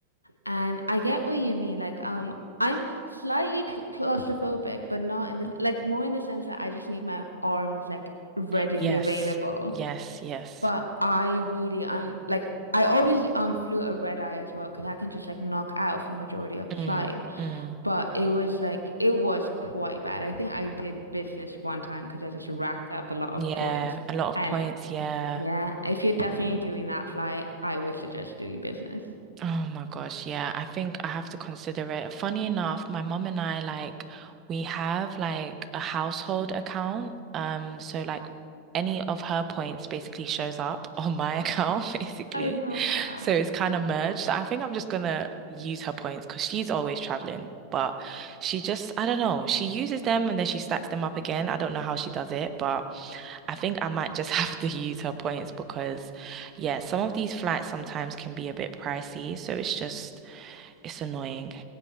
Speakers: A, on the left; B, on the right.
A: And I get what you mean. Like, um, I'm slightly cl- claustrophobic, but not in the like more in the sense that I just need my arms like readily
B: Yes.
A: available.
B: Yes. Yes.
A: But I really, I'm like, I always um flew a red eye as well because I can just like knock out for majority of the
B: Mm,
A: flight.
B: mm.
A: But it was like it was quite bad. I think I did business one time because I just racked up a lot of
B: Yeah.
A: points.
B: A lot of
A: And
B: points. Yeah.
A: yeah, if you're definitely doing that flight, I would suggest doing business.
B: Oh my gosh, yeah. I think I have to consider it. Funny enough, my mom and I like we have like a household account. Um, so like any of her points basically shows up on my <laughs> account, basically.
A: I love that.
B: So it's kind of merged. So I think I'm just gonna use her points because she's always traveling. But she just, I don't know, she uses them and then she stacks them up again. I don't know how she does it, but I think I might just <laughs> have to use her points because, yeah, some of these flights sometimes can be a bit pricey, so it's just it's annoying.